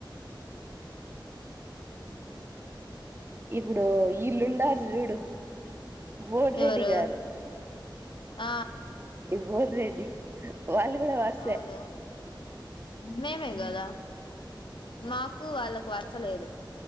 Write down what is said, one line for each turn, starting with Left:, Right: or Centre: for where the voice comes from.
Right: ఇప్పుడు ఈల్లుండారు చూడు బోడిరెడ్డి
Left: ఎవరు
Right: గారు
Left: ఆ
Right: బోర్ రెడ్డి వాళ్ళు కూడ వర్సె
Left: అవును మేమే కదా మాకు వాళ్ళకు వరసలేదు